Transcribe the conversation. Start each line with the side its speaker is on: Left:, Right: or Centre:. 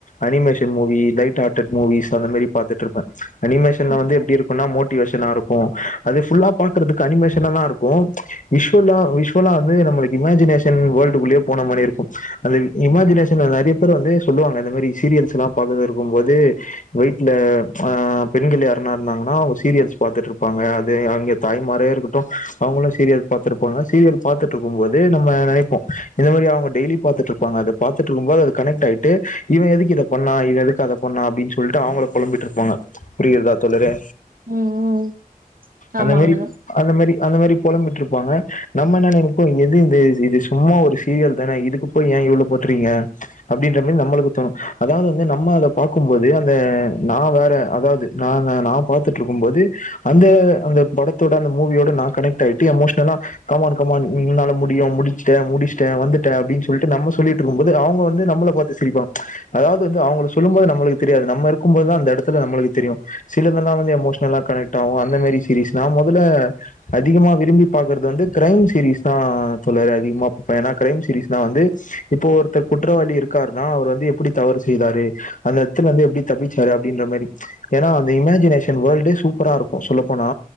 Left: அனிமேஷன் மூவி லைட் டாட்டாட் மூவிஸ் அத மாரி பாத்துடற்ருப்பே அனிமேஷன்ல
Right: ம்
Left: வந்து எப்படி இரு அப்புன்னா மோட்டிவேஷனாருக்கு அது ஃபுல்லா பாக்றதுக்கு அனிமேஷனாதா இருக்கு விஷ்வலா விஷ்வலா அதே நம்மளுக் இமஜினேஷன் வேல்டுகுள்ளே போன மாரிருக்கு அந்த இமஜினேஷன் நெறி பேரு வந்து சொல்லுவாங்க இந்த மெரி சீரியல்ஸ்லா பாக்கதுருக்கும் போது ஒய்ட்ல‌ ஆ பெண்கள் யார்னா இருந்தாங்கன்னா அவங்க சீரியல்ஸ் பாத்துட்ருப்பாங்க அது அவங்க தாய்மாரே இருக்கட்டு அவங்களே சீரியல்ஸ் பாத்துருப்பாங்க சீரியல் பாத்துட்ருக்கும் போது நம்ம நெனைப்போம் இந்த மாரி அவங்க டெய்லி பாத்துட்ருப்பாங்க அத பாத்துட்ருக்கும்போது கனெக்ட் ஆயிட்டு இவ எதுக்கு இத பண்ணா இவ எதுக்கு அத பண்ணா அப்பின்னு சொல்ட்டு அவள பொழம்பிட்டு இரு போங்க புரிகிறதா தோழரே
Right: ம் ம்
Left: அந்த
Right: ஆமாங்க
Left: மேரி அத மெரி அத மெரி பொழம்பிட்ப்பாங்க நம்ம என்ன நெனைப்போ எது இந்த இது சும்மா ஒரு சீரியல் தானே இதுக்குப் போய் ஏ இவ்ளோ போட்றீங்க அபடின்ற மெரி நம்மளுக் தோணு அதாவ்து வந்து நம்ம அத பாக்கும்போது அந்த நா வேற அதாவது நா நா நா பாத்துட்ருக்கும் போது அந்த அந்த படத் தோட அந்த மூவியோட நா கனெக்ட்டாய்ட்டு எமோஷ்னலா கமான் கமான் ஒன்னால முடியு முடிச்ட்ட முடிச் ட வந்துட்டே அப்டின் சொல்ட்டு நம்ம சொல்லிட்ருக்கும்போது அவ்ங்க வந்து நம்மள பாத்து சிரிப்பாங்க அதாவது வந்து அவங்களு சொல்லு போது நம்மளுக் தெரியாது நம்மருக்குபோதா அந்த எடத்துல நம்மளுக்கு தெரியு சிலதெலா வந்து எமோஷ்னலா கனெக்ட்டாவு அந்த மெரிஸ் திரிஸ் நா மொதல்ல அதிகமா விரும்பி பாகற்து வந்து க்ரைம் சீரீஸ் தா தோழரே அதிகமா பே னா க்ரைம் சீரீஸ்னா வந்து இப்போ ஒருத்தர் குற்றவாளி இருக்கார்னா அவர் வந்து எப்டி தவறு செய்தாரு அந்த எட்த்துலந்து எப்டி தப்பிச்சாரு அப்டின்ற மாரி ஏனா அந்த இமேஜினேஷன் வேல்டே சூப்பராருக்கு சொல்லப்போனா